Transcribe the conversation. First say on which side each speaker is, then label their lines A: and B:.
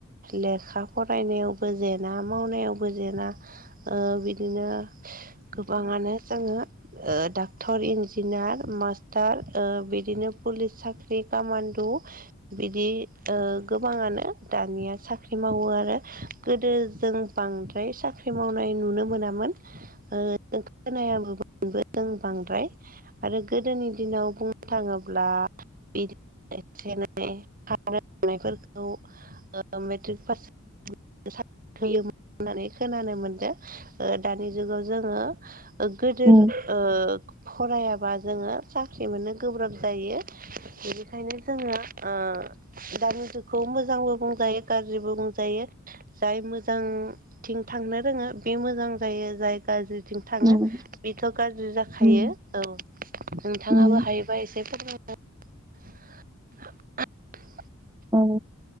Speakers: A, on the right; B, on the right.
A: लेखा फरायनायावबो जेना मावनायावबो जेना ओ बिदिनो गोबाङानो जोङो ओ डाक्टर इन्जिनियार मार थार ओ बिदिनो पुलिस साख्रि कामान्डु बिदि ओ गोबां बाङानो दानिया साख्रि मावो आरो गोदो जों बांद्राय साख्रि मावनाय नु मोनामोन ओ खोनायामोनबो जों बांद्राय आरो गो गोदोनि दिनाव बुंनो थाङोब्ला बिद एसे एनै खानय हनायफोरखौ ओ मेट्रिक पास <unintelligible> होयोमोन होननानै खोनानो मोनदों ओ दानि जुगाव जोङो ओ गोदोर
B: उम
A: ओ फरायाबा जोङो साख्रि मोननो गोब्राब जायो बेनिखायनो जोङो ओ दानि जुगखौ मोजांबो बुंजायो गाज्रिबो बुंजायो जाय मोजांथिं थांनो रोङो बे मोजां जायो जायगा ज थिं थाङो
B: उम
A: बेथ' गाज्रि जाखायो
B: उम
A: औ नोंथाङाबो
B: उम
A: हायोबा एसे <unintelligible>
B: औ